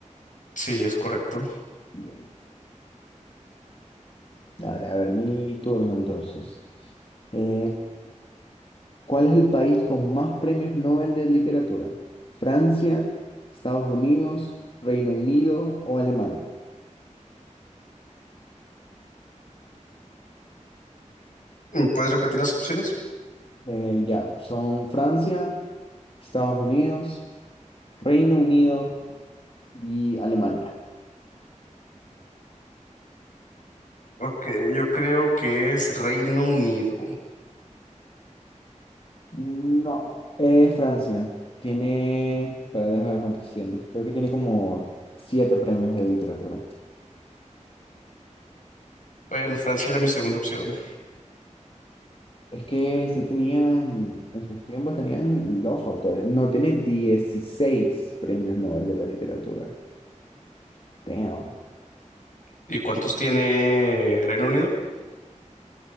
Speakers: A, on the left (about 85°); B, on the left (about 45°).
A: Sí, es correcto.
B: Bien. Dale, a ver, mi turno entonces. Eh, ¿cuál es el país con más premios Nobel de literatura? ¿Francia, Estados Unidos, Reino Unido o Alemania?
A: ¿Me ¿Puedes repetir las opciones?
B: Eh, ya, son Francia, Estados Unidos, Reino Unido y Alemania.
A: Ok, yo creo que es Reino Unido.
B: No, es Francia. Tiene, para dejar cuántos tiene. Creo que tiene como siete premios de literatura.
A: Bueno, Francia era mi segunda opción.
B: Es que sí tenían, en sus tiempos tenían los autores. No, tiene 16 premios Nobel de la literatura. Damn.
A: ¿Y cuántos tiene Reino Unido?